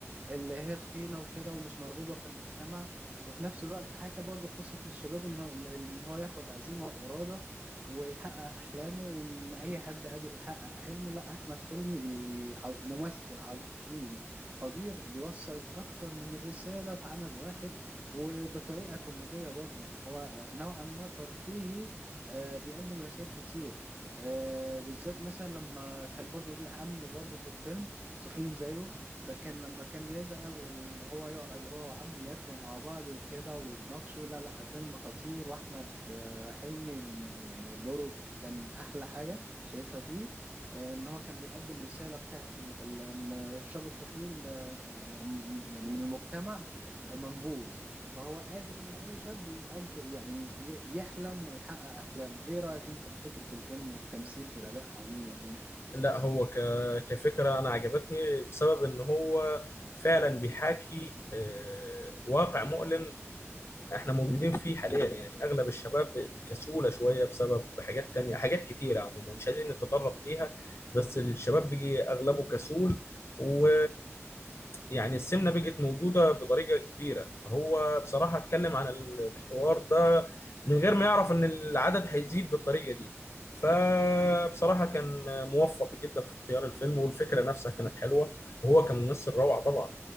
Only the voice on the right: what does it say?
اللي هي تخينة وكده ومش مرغوبة في المجتمع وفي نفس الوقت حكى برضو قصة الشباب إن هو إن هو ياخد عزيمة وإرادة ويحقق أحلامه وإن أي حد قادر يحقق حلمه لا أحمد حلمي بي- ع- ممثل عظيم قدير بيوصل أكتر من الرسالة في عمل واحد وبطريقة كوميدية برضو يعني هو نوعا ما ترفيهي آه، بيقدم رسائل كتير آه، بالذات مثلا لما كان برضو ليه عم برضو في الفيلم تخين زيه فكان لما كان يزعل هو يقعد هو وعمه ياكلوا مع بعض وكده ويتناقشوا لا لا فيلم خطير واحمد آه، حلمي يعني دوره كان احلى حاجه شايفها فيه آه، ان هو كان بيقدم رساله بتاعت ال- ال- ان الشاب التخين آه، يعني م- يعني من المجتمع آه، منبوذ فهو قادر ان اي شاب يقض يعني ي- يحلم ويحقق احلامه ايه رايك انت في فكره الفيلم والتمثيل والاداء عموما يعني